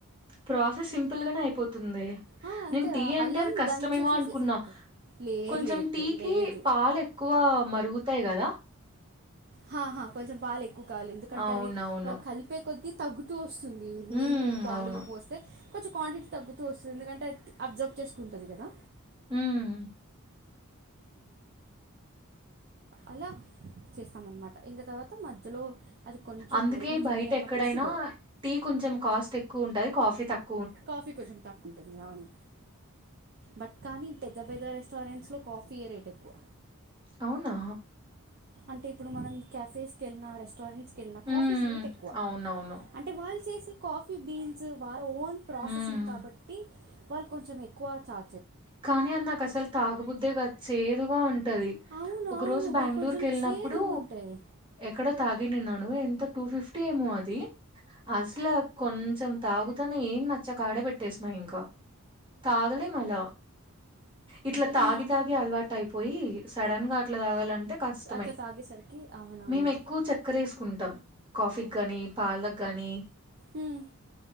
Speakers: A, on the right (about 20°); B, on the right (about 45°).
A: ప్రాసెస్ సింపుల్ గానే అయిపో తుంది
B: ఆ, అంతే
A: నేను టీ
B: ఆ
A: అంటే
B: అల్లం
A: అది కష్టమేమో
B: దంచేసేసి
A: అనుకున్నా
B: లేదు
A: కొంచెం
B: లేదు
A: టీ
B: లేదు
A: కి పాలు ఎక్కువ మరుగుతాయి గదా
B: హహా కొంచెం పాలే క్కు కాలి ఎందుకంటే
A: అవునవును.
B: అది కలిపే కొద్దీ తగ్గుతూ వస్ స్తుంది
A: హ్మ్.
B: నీళ్ళు పాలు
A: అవును.
B: పోస్తే కొంచెం క్వాంటిటీ తగ్గుతూ వస్తుంది ఎందుకంటే అ అబ్జర్బ్ చేసుకుంటది కదా
A: హ్మ్
B: అలా చేస్తాం అనమాట ఇంక తర్వాత మధ్యలో అది కొంచెం
A: అందుకే
B: మరుగుతుంది
A: బయట
B: అన్నప్పుడు
A: ఎక్కడైనా
B: షుగర్
A: టీ కొంచెం కాస్ట్ ఎ కు ఉంటది కాఫీ తక్
B: కాఫీ కొంచం తక్ ఉంటది అవును బట్ కానీ పెద్ద పెద్ద రెస్టారెంట్స్ లో కాఫీయే రేట్ ఎక్కువ
A: అవునా!
B: అంటే ఇప్పుడు మనం క్యఫేస్ కెళ్ళిన రెస్టారెంట్స్ కెల్నా
A: హ్మ్.
B: కాఫీస్ రేట్ ఎక్కువ
A: అవునవును.
B: అంటే వాళ్ళు చే కాఫీ బీన్స్ వా ఆ ఓన్ ప్రాసెసింగ్
A: హ్మ్.
B: కాబట్టి వాళ్ళ కొంచెం ఎక్కువ చా
A: కానీ అది నాకు అసలు తాగుబుద్దే కాదు చేదుగా ఉ టది
B: అవును
A: ఒక
B: అవును
A: రోజు బ్యాంగళూరుకు
B: అవి కొంచెం
A: ఎళ్ళినప్పుడు
B: చేదుగా ఉంటాయి
A: ఎక్కడో తాగినిన్నాను ను ఎంతో టు ఫిఫ్టీ ఏమో అది అ ఇట్లా కొంచెం తాగుతానే ఏం న చ్చక ఆడే పెట్టేస్నా ఇంకా తాగలేం అలా ఇట్లా
B: మ్మ్.
A: తాగి తాగి అలవాటు అయిపోయి సడన్ గా ఇట్ల దాగాలన్ టే కష్టమే
B: అట్లా తాగేసరికి అవునవును
A: మేము ఎక్కువ చక్కర వేసుకుంటాం కాఫీగ్గానీ, పాలగ్గాని
B: మ్మ్.